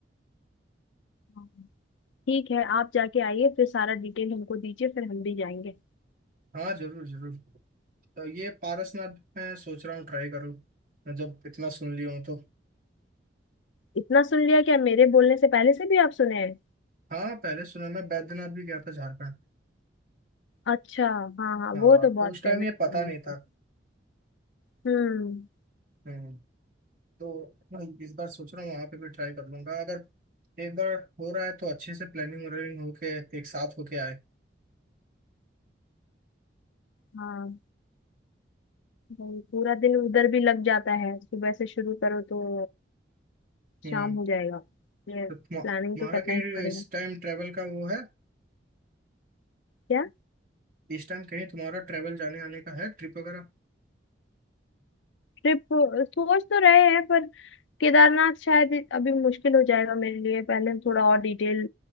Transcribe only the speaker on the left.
हाँ। ठीक है आप जाके आइए फिर सारा डिटेल हमको दीजिए फिर हम भी जाएंगे
इतना सुन लिया क्या मेरे बोलने से पहले से भी आप सुने हैं
अच्छा हाँ हाँ
वो तो बहुत
फेमस
है
ये तो।
हम्म
हाँ वही, पूरा दिन उधर भी लग जाता है सुबह से शुरू करो तो
शाम हो जाएगा ये
प्लानिंग
तो करना
ही पड़ेगा
क्या
ट्रिप सोच तो रहे हैं पर केदारनाथ शायद अभी मुश्किल हो जाएगा मेरे लिए पहले हम थोड़ा और डिटेल